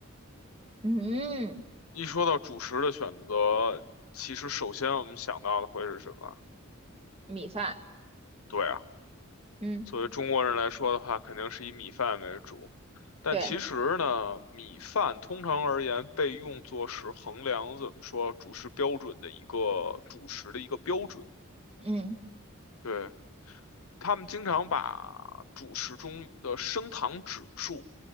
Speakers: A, on the right; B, on the left.
A: 嗯，
B: 一说到主食的选择，其实首先我们想到的会是什么？
A: 米饭，
B: 对啊，
A: 嗯，
B: 作为中国人来说的话，肯定是以米饭为主。但其实呢，
A: 对，
B: 米饭通常而言被用作是衡量怎么说主食标准的一个主食的一个标准。
A: 嗯
B: 对，他们经常把主食中的升糖指数